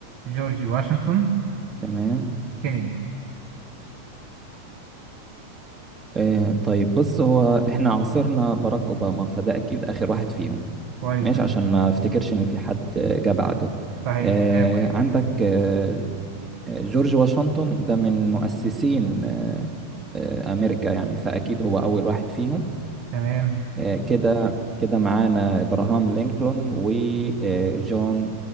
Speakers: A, on the right; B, on the right.
A: جورج واشنطن
B: تمام
A: كينيدي
B: آه طيب بص هو إحنا عاصرنا باراك أوباما فده أكيد آخر واحد فيهم
A: كويس
B: ماشي عشان ما افتكرش إن في حد آه، جه بعده
A: صحيح
B: آه
A: بداية كويس
B: عندك آه جورج واشنطن ده من مؤسسين آه، آه، أمريكا يعني فأكيد هو أول واحد فيهم
A: تمام
B: آه، كده كده معانا إبراهام لينكولن وجون